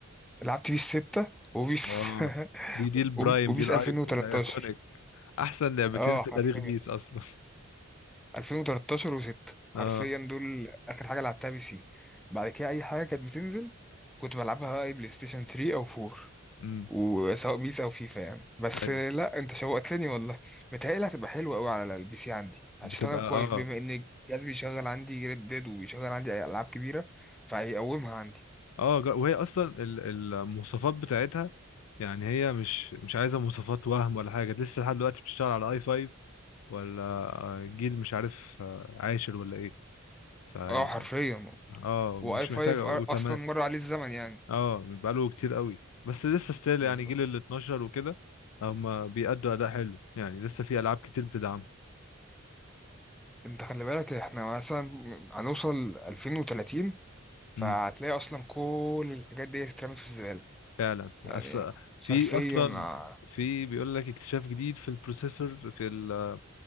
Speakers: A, in the centre; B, on the left.
A: لعبت بيس 6 وبيس
B: اه
A: <laughs>
B: دي دي البرايم
A: وبيس
B: دي الايك
A: 2013
B: الايكونيك احسن لعبتين
A: اه
B: في
A: حرفيا
B: تاريخ بيس اصلا
A: 2013 و6
B: <laughs>
A: حرفيا
B: اه
A: دول اخر حاجه لعبتها بي سي بعد كده اي حاجه كانت بتنزل كنت بلعبها بقى اي بلاي ستيشن 3 او 4
B: امم
A: وسواء بيس او فيفا يعني بس
B: ايوه
A: لا انت شوقتني والله متهيألي هتبقى حلوه قوي على البي سي عندي هتشتغل
B: بتبقى
A: كويس
B: اه
A: بما ان الجهاز بيشغل عندي ريد ديد وبيشغل عندي أي العاب كبيره فهيقومها عندي
B: اه جا- وهي اصلا ال- المواصفات بتاعتها يعني هي مش مش عايزه مواصفات وهم ولا حاجه لسه لحد دلوقتي بتشتغل على اي 5 ولا آه، جيل مش عارف آه، عاشر ولا ايه فيعني
A: اه حرفيا
B: اه ومش
A: واي 5
B: محتاجه وتمام
A: اصلا مر عليه الزمن يعني
B: اه بقاله كتير قوي بس لسه ستيل
A: بالظبط
B: يعني جيل ال 12 وكده هما بيأدوا اداء حلو يعني لسه في العاب كتير بتدعم
A: انت خلي بالك احنا مثلا هنوصل 2030 فهتلاقي
B: امم
A: اصلا كل الحاجات دي اترمت في الزباله
B: فعلا
A: يعني
B: أص... في
A: حرفيا
B: اصلا
A: آه،
B: في بيقول لك اكتشاف جديد في البروسيسور في